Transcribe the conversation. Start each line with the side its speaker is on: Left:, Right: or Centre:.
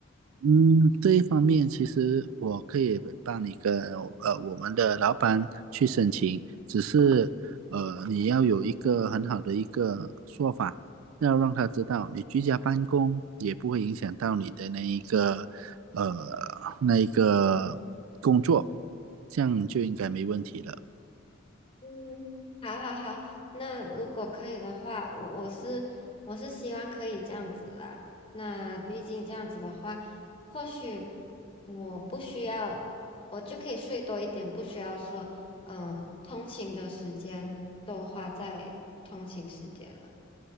Right: 嗯，这一方面其实我可以帮你跟呃我们的老板去申请，只是呃你要有一个很好的一个说法，要让他知道你居家办公也不会影响到你的那一个呃那一个工作，这样就应该没问题了。
Left: 嗯，好好好，那如果可以的话，我我是我是希望可以这样子啦。那毕竟这样子的话，或许我不需要，我就可以睡多一点，不需要说，嗯、通勤的时间都花在通勤时间了。